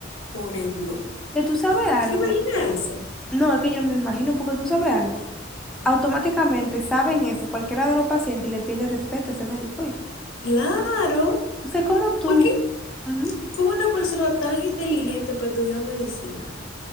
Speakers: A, on the left; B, in the centre.
A: poneblo.
B: que tú sabes algo.
A: Imagina eso.
B: No, es que yo no me lo imagino, porque tú sabes algo. Automáticamente saben eso, cualquiera de los pacientes, y le pide respeto a ese médico. oíste.
A: Claro,
B: Entonces, ¿cómo tú?
A: porque
B: Ujú.
A: como una persona tan inteligente para estudiar medicina